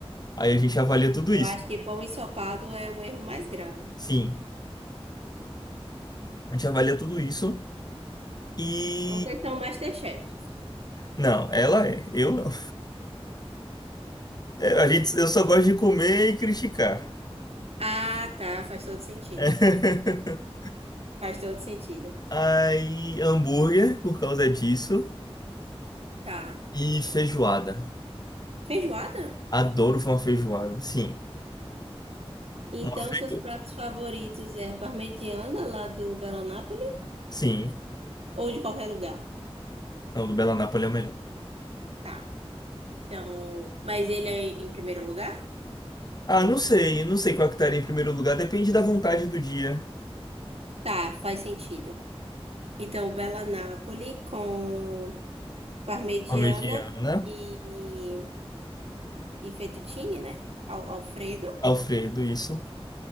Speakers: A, on the left; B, on the right.
A: aí a gente avalia tudo
B: Eu
A: isso.
B: acho que pão ensopado é o erro mais grave.
A: Sim, a gente avalia tudo isso e
B: Então, vocês são Masterchefs.
A: não, ela é, eu não. É, a gente, eu só gosto de comer e criticar.
B: Ah, tá. Faz todo sentido.
A: <laughs>
B: Faz todo sentido.
A: Aí, hambúrguer por causa disso.
B: Tá.
A: E feijoada.
B: Feijoada?
A: Adoro uma feijoada. Sim.
B: Então,
A: Uma feijoada.
B: seus pratos favoritos é a parmegiana lá do Bela Napoli
A: Sim.
B: ou de qualquer lugar?
A: Não, do Bela Nápoles é o melhor.
B: Tá. Então, mas ele é em primeiro lugar?
A: Ah, não sei. Não sei qual é que estaria em primeiro lugar. Depende da vontade do dia.
B: Tá, faz sentido. Então, Bela Napoli com parmegiana
A: Parmegiana.
B: e, e fettuccine, né? Al- Alfredo.
A: Alfredo, isso.